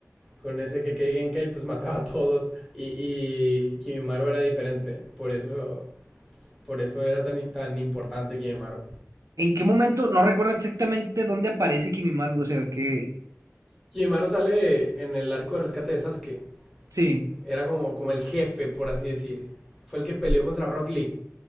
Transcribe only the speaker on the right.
¿En qué momento? No recuerdo exactamente dónde aparece Kimimaru, o sea, que.
Sí,